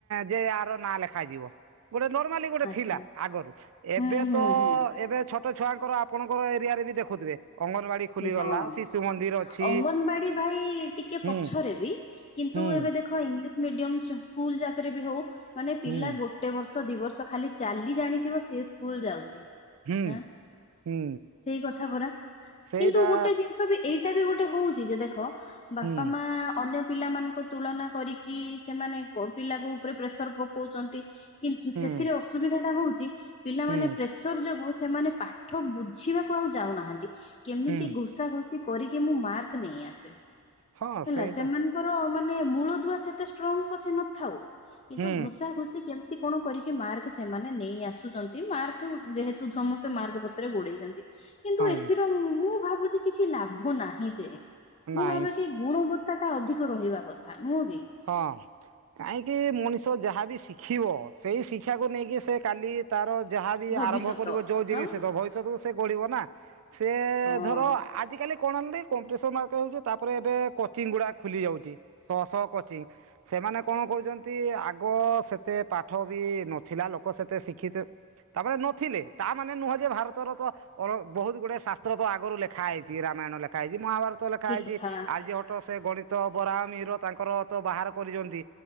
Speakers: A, on the right (about 65°); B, on the left (about 30°).
A: ଯେ ଆର ନାଁ ଲେଖା ଯିବ। ଗୋଟେ ନର୍ମାଲି ଗୋଟେ
B: ଆଚ୍ଛା
A: ଥିଲା ଆଗରୁ।
B: ହୁଁ
A: ଏବେ
B: ହୁଁ
A: ତ
B: ହୁଁ
A: ଏବେ ଛୋ ଟ ଛୁଆଙ୍କର ଆପଣଙ୍କର ଏରିଆରେ ବି ଦେଖୁଥୁବେ। ଅଙ୍ଗନବାଡି ଖୋଲିଗଲା।
B: ହଁ।
A: ଶିଶୁ ମନ୍ଦିର ଅଛି।
B: ଅଙ୍ଗନବାଡି ଭାଇ ଟିକେ
A: ହୁଁ
B: ପଛରେ ବି କିନ୍ତୁ
A: ହୁଁ
B: ଏବେ ଦେଖ ଇଂଲିଶ ମିଡିୟମ୍ ସ-ସ୍କୁଯ ଯାକରେ ବି ହଉ ମାନେ ପିଲା
A: ହୁଁ
B: ଗୋଟେ ବର୍ଷ ଦି ବର୍ ଷ ଖାଲି ଚାଲି ଜାଣିଥିବ ସିଏ ସ୍କୁଲ୍ ଯାଉଛି।
A: ହୁଁ
B: ଆଁ,
A: ହୁଁ
B: ସେଇ କଥା ପରା।
A: ସେଇଟା
B: ତୁ ଗୋଟେ ଜିନିଷ ବି ଏଇଟା ବି ଗୋଟେ ହଉଚି ଯେ ଦେଖ ବାପା
A: ହୁଁ
B: ମା ଅନ୍ୟ ପିଲାମାନଙ୍କ ତୁଳନା କରିକି ସେମାନେ କ-ପିଲାଙ୍କ ଉପରେ ପ୍ରେସର୍ ପକଉଚନ୍ତି। କିନ୍
A: ହୁଁ
B: ସେଥିରେ ଅସୁବିଧା ଟା ହଉଚି ପିଲାମାନେ
A: ହୁଁ
B: ପ୍ରେସର୍ ଯୋଗୁ ସେମାନେ ପାଠ ବୁଝିବାକୁ ଆଉ ଯାଉନାହାନ୍ତି। କେମିତି
A: ହୁଁ
B: ଘୋଷା ଘୁସି କରିକି ମୁଁ ମାର୍କ ନେଇ ଆସେ,
A: ହଁ
B: ହେଲା
A: ସେଇଟା
B: ସେମାନଙ୍କର ମାନେ ମୂଳଦୁଆ ସେ ସେ ଷ୍ଟ୍ରଙ୍ଗ ପଛେ ନଥାଉ କିନ୍ତୁ
A: ହୁଁ
B: ଘୋଷା ଘୁସି କେମିତି କଣ କରିକି ମାର୍କ ସେମାନେ ନେଇ ଆସୁଚନ୍ତି। ମାର୍କ ଯେହେତୁ ସମସ୍ତେ ମାର୍କ ପଛରେ ଗୋଡେଇଚନ୍ତି। କିନ୍ତୁ
A: ହଁ
B: ଏଥିରେ ମୁଁ ଭାବୁଚି କିଛି ଲାଭ ନାହିଁ ସେ,
A: ନାଇଁ
B: ମୁଁ ଭାବେ କି ଗୁଣ ବ ସେଟା ଅଧିକ ରହିବା କଥା। ନୁହଁ କି
A: ହଁ କାଇଁକି ମଣିଷ ଯାହାବି ଶିଖିବ, ସେଇ ଶିକ୍ଷାକୁ ନେଇକି ସେ କାଲି ତାର ଯାହା ବିି
B: ଭବିଷ୍ୟତ
A: ଆରମ୍ଭ କରିବ ଯୋଉ ଜିନି
B: ଆଉ
A: ସେତ ଭବିଷ୍ୟତକୁ ସେ ଗଢିବ ନା। ସେ
B: ହଁ
A: ଧର ଆଜିକାଲି କଣ ହେଲି କମ୍ପିଟିସନ ଆକା ହଉଚି, ତାପରେ ଏବେ କୋଚିଙ୍ଗ ଗୁଡା ଖୋଲି ଯାଉଚି। ଶଅ ଶଅ କୋ ଚିଙ୍ଗ ସେମାନେ କଣ କହୁଚନ୍ତି, ଆଗ ସେତେ ପାଠ ବି ନଥିଲା ଲୋକ ସେତେ ଶିଖି ଏତେ ତାପରେ ନଥିଲେ ତା ମାନେ ନୁହଁ ଯେ ଭାରତର ତ ଅଳ ବହୁତ ଗୁଡେ ଶାସ୍ତ୍ର ତ ଆଗରୁ ଲେଖା ହେଇଚି ରାମ ମାଣ ଲେଖା ହେଇଚି। ମହାଭାରତ ଲେଖା
B: ଠିକ
A: ହେଇଚି।
B: କଥା
A: ଆର୍ଯ୍ୟଭଟ୍ଟ ସେ ଗଣିତ, ବରାମିର ତାଙ୍କର ତ ବାହାର କରିଚନ୍ତି।